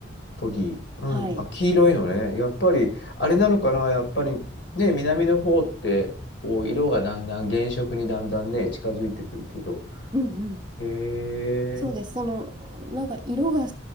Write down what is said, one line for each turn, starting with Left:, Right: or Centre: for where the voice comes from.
Left: トギ。うん、
Right: はい。
Left: あ、黄色いのね。やっぱり、あれなのかな、やっぱり、ね、南の方って、こう、色がだんだん、原色にだんだんね、近づいてくるけど。
Right: うんうん。
Left: へえ、
Right: そうです。その、なんか色が、